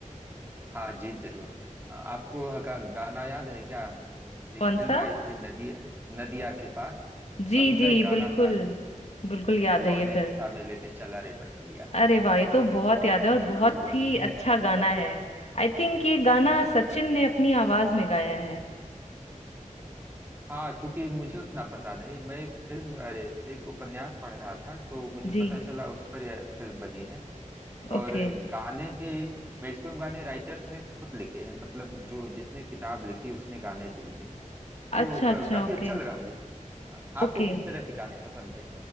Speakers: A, on the right (about 15°); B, on the left (about 55°).
A: हाँ जी जरूर अ, आपको गा, गाना याद है क्या हम्म,
B: कौन
A: एक फिल्म
B: सा
A: आई थी नदी नदिया के पार
B: जी
A: और उसका
B: जी
A: एक गाना
B: बिल्कुल
A: था
B: बिल्कुल याद
A: कौने
B: है ये फिल्म
A: दिशा में लेके चला रे बटोहिया
B: अरे वाह ये तो बहुत याद है और बहुत
A: कवन
B: ही
A: ने-
B: अच्छा गाना है आई थिंक ये गाना सचिन ने अपनी आवाज में गाया है
A: हाँ चूंकि मुझे उतना पता नहीं मैं एक फिल्म अरे एक उपन्यास पढ़ रहा था तो मुझे
B: जी
A: पता चला उस पर यह फिल्म बनी है
B: ओके
A: और गाने भी मैक्सिमम गाने राइटर्स ने खुद लिखे हैं मतलब जो जिसने किताब लिखी उसने गाने भी लिखे तो
B: अच्छा अच्छा
A: क- काफी
B: ओके
A: अच्छा लगा मुझे आ- आपको
B: ओके
A: किस तरह के गाने पसंद है